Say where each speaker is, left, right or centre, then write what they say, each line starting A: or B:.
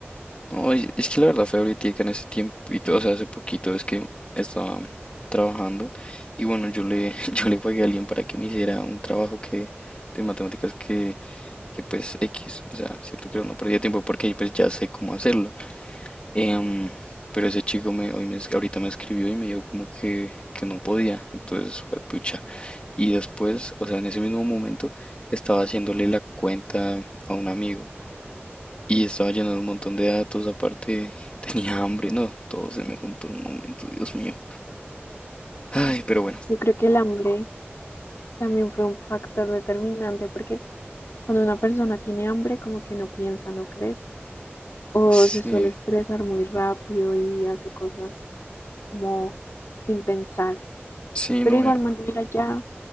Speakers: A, on the left; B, on the left.
A: No, es es que la verdad fue ahorita en ese tiempito, o sea, hace poquito es que estaba trabajando y bueno, yo le, <laughs> yo le pagué a alguien para que me hiciera un trabajo que de matemáticas que, que pues X, o sea, siento que no perdía tiempo porque pues ya sé cómo hacerlo. Em, pero ese chico me, hoy me, es- ahorita me escribió y me dijo como que, que no podía, entonces fue pucha. Y después, o sea, en ese mismo momento estaba haciéndole la cuenta a un amigo y estaba lleno de un montón de datos, aparte <laughs> tenía hambre, no, todo se me juntó en un momento, Dios mío. Ay, pero bueno,
B: Yo creo que el hambre también fue un factor determinante porque cuando una persona tiene hambre, como que no piensa, ¿no crees? O
A: sí,
B: se suele estresar muy rápido y hace cosas como sin pensar.
A: sí,
B: Pero
A: no,
B: de igual
A: era-
B: manera ya